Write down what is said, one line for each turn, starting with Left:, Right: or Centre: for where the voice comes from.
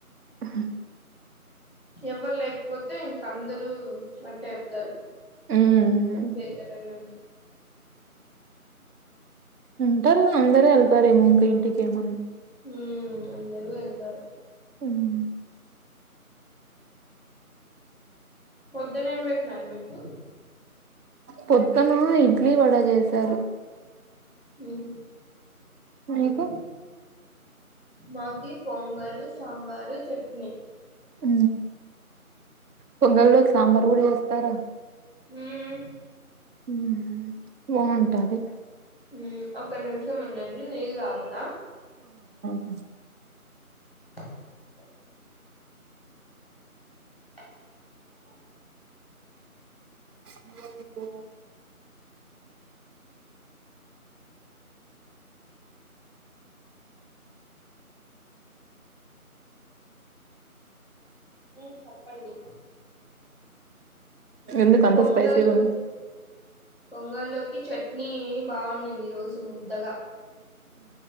Right: అ హ
Left: ఎవ్వర్ లేక్పోతే, ఇంక అందరూ అట్టే చెప్తారు.
Right: హ్మ్.
Left: చెప్పే, కద నన్స్
Right: ఉంటరూ. అందరూ ఎల్తారేమో, ఇంక ఇంటికి ఏమన్న.
Left: ఊమ్, అందరూ వెళ్తారు.
Right: ఉమ్
Left: పొద్దునేం, పెట్నార్ మీకు.
Right: పొద్దునా, ఇడ్లీ వడ చేసారు.
Left: ఉహు,
Right: మీకు?
Left: మ్ మాకి పొంగలు, సాంబారు, చట్నీ
Right: ఊ పొంగల్ ల్లోకి, సాంబార్ గూడ చేస్తార.
Left: మ్ మ్
Right: ఊ, బాంగుటాది.
Left: ఊ ఒక్క నిమిషం ఉండండి, నీళ్ళు తాగుతా.
Right: ఉ
Left: <inaudible> <inaudible>
Right: నువ్వే పొ
Left: <inaudible> మ్ చెప్పండి.
Right: ఎందుకంత
Left: పొంగల్లో
Right: స్పైసీ గా ఉంది.
Left: పొంగల్లోకి చట్నీ బాన్నింది. ఈ రోజు ముద్దగా.